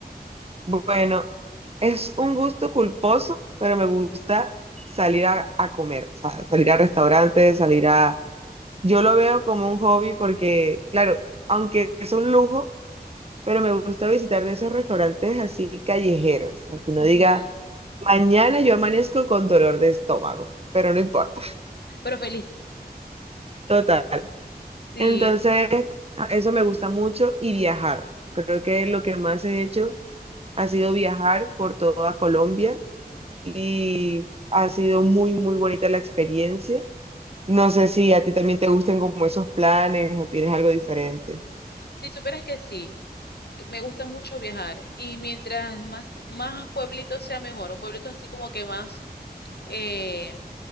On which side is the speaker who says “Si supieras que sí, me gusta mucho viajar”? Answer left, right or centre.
Left